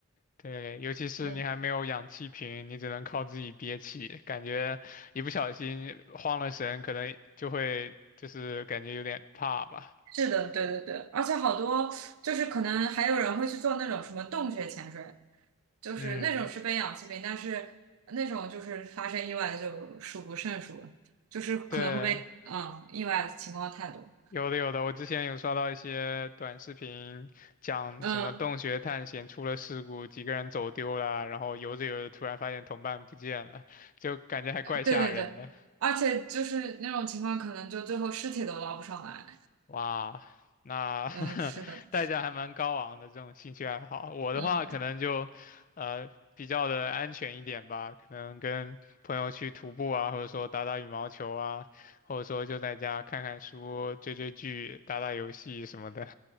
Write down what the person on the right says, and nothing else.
嗯，
是的，对对对，而且好多就是可能还有人会去做那种什么洞穴潜水，就是那种是被氧气病，
但是那种就是发生意外就数不胜数了，就是可能会被嗯意外的情况太多，
嗯，
对对对，而且就是那种情况可能就最后尸体都捞不上来，
嗯，是的，
嗯